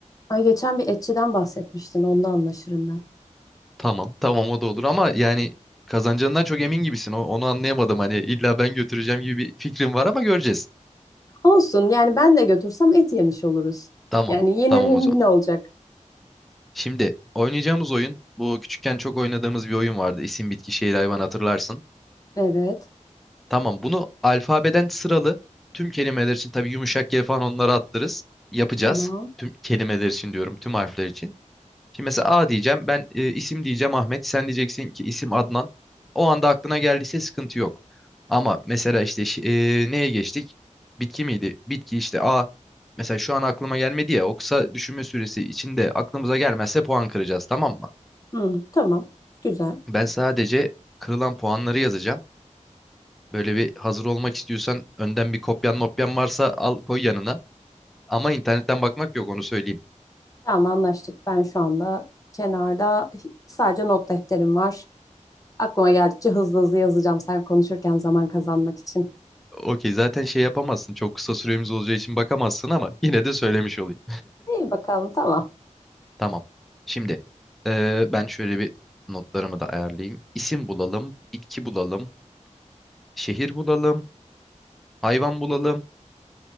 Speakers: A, on the left; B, in the centre.
A: Ay geçen bir etçiden bahsetmiştin onda anlaşırım ben.
B: Tamam. Tamam o da olur ama yani kazanacağından çok emin gibisin. O- onu anlayamadım. Hani illa ben götüreceğim gibi bir fikrim var ama göreceğiz.
A: Olsun yani ben de götürsem et yemiş oluruz.
B: Tamam.
A: Yani yine
B: Tamam
A: win-win
B: o zaman.
A: olacak.
B: Şimdi oynayacağımız oyun bu küçükken çok oynadığımız bir oyun vardı. İsim, bitki, şehir, hayvan hatırlarsın.
A: Evet
B: Tamam bunu alfabeden sıralı tüm kelimeler için tabii yumuşak yer falan onları attırız. Yapacağız.
A: tamam.
B: Tüm kelimeler için diyorum tüm harfler için. Şimdi mesela A diyeceğim ben e, isim diyeceğim Ahmet sen diyeceksin ki isim Adnan. O anda aklına geldiyse sıkıntı yok. Ama mesela işte ş- e, neye geçtik? Bitki miydi? Bitki işte A. Mesela şu an aklıma gelmedi ya o kısa düşünme süresi içinde aklımıza gelmezse puan kıracağız tamam mı?
A: Hı, tamam güzel.
B: Ben sadece kırılan puanları yazacağım. Böyle bir hazır olmak istiyorsan önden bir kopyan mopyan varsa al koy yanına. Ama internetten bakmak yok onu söyleyeyim.
A: Tamam anlaştık ben şu anda kenarda sadece not defterim var. Aklıma geldikçe hızlı hızlı yazacağım sen konuşurken zaman kazanmak için.
B: Okey zaten şey yapamazsın. Çok kısa süremiz olacağı için bakamazsın ama <laughs> yine de söylemiş olayım.
A: İyi bakalım tamam.
B: <laughs> Tamam. Şimdi eee, ben şöyle bir notlarımı da ayarlayayım. İsim bulalım, bitki bulalım, şehir bulalım, hayvan bulalım,